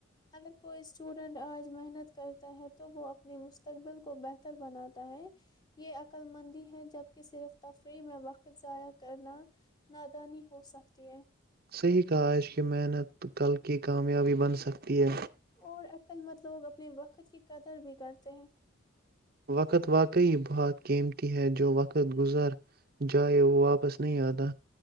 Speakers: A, on the left; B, on the right.
A: اگر کوئی اسٹوڈینٹ آج محنت کرتا ہے تو وہ اپنی مستقبل کو بہتر بناتا ہے یہ عقلمندی ہے جبکہ صرف تفریح میں وقت ضائع کرنا نادانی ہو سکتی ہے
B: صحیح کہا آج کی محنت کل کی کامیابی بن سکتی ہے
A: اور عقلمند لوگ اپنے وقت کی قدر بھی کرتے ہیں
B: وقت واقعی بہت قیمتی ہے جو وقت گزر جائے وہ واپس نہیں آتا